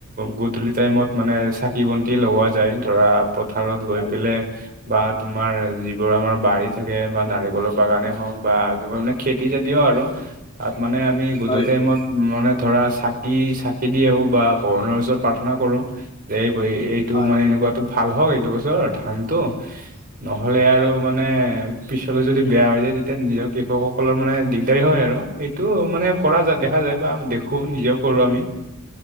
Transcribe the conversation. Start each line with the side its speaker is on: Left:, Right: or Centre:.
Right: গধূলি টাইমত মানে চাকি বন্তি লগোৱা যায় ধৰা পথাৰত গৈ
Left: হয়
Right: পেলাই। বা তোমাৰ যিবোৰ আমাৰ বাৰী থাকে বা নাৰিকলৰ বাগানে হওঁক বা কিবা মানে খেতি যদিও আৰু তাত মানে আমি গধূলি
Left: হয়
Right: টাইমত মানে ধৰা চাকি চাকি দি আহো বা ভগৱানৰ ওচৰত প্ৰাৰ্থনা কৰো যে এই এই এইটো
Left: হয়
Right: মানে এনেকুৱটো ভাল হওক এইটো বছৰ ধানটো নহ'লে আৰু
Left: হয়
Right: মানে পিছলৈ যদি বেয়া হৈ যায় তেতিয়া নিজৰ কৃষকসকলৰ মানে দিগদাৰী হয় আৰু এইটো মানে কৰা যায় দেখা যায় বা দেখোঁ নিজেও কৰোঁ আমি।